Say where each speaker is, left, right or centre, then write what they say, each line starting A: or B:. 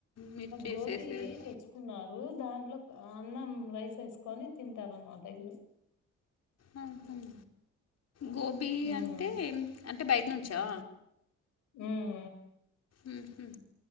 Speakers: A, on the left; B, on the left.
A: మీరు చేసేసేది
B: గోబీ తెచ్ కున్నారు దాంట్లో అన్నం రైస్ ఎసుకొని తింటాన్మాట ఇలు
A: ఆ హ్మ్ గోబీ
B: ఉమ్
A: అంటే అంటే బయట్నుంచా
B: మ్మ్
A: మ్మ్ హు